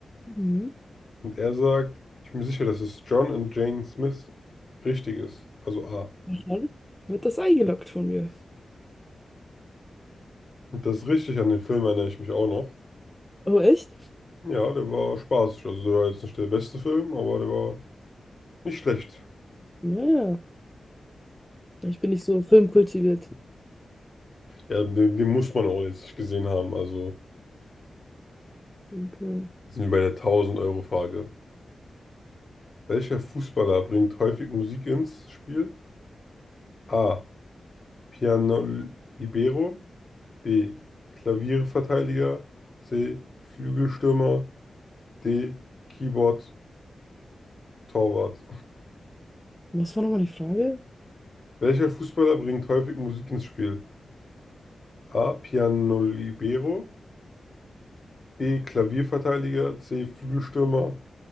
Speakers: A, in the centre; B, on the left (about 35°).
A: Mhm.
B: Und er sagt, ich bin mir sicher, dass es John and Jane Smith richtig ist. Also A.
A: Dann wird das eingeloggt von mir.
B: Und das richtig an den Film erinnere ich mich auch noch.
A: Oh, echt?
B: Ja, der war spaßig. Also der war jetzt nicht der beste Film, aber der war nicht schlecht.
A: Naja. Ich bin nicht so filmkultiviert.
B: Ja, den, den muss man auch jetzt nicht gesehen haben. Also
A: Okay.
B: sind wir bei der 1000-Euro-Frage. Welcher Fußballer bringt häufig Musik ins Spiel? A. Piano Libero. B. Klavierverteidiger. C. Flügelstürmer. D. Keyboard Torwart.
A: Was war nochmal die Frage?
B: Welcher Fußballer bringt häufig Musik ins Spiel? A. Piano Libero. B. Klavierverteidiger. C. Flügelstürmer.